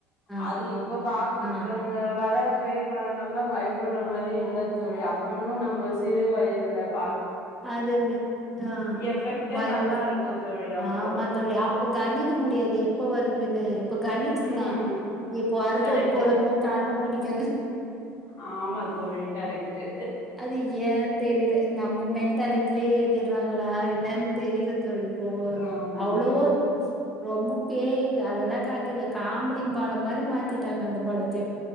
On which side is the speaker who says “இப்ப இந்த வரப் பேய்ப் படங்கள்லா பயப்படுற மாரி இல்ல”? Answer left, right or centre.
Left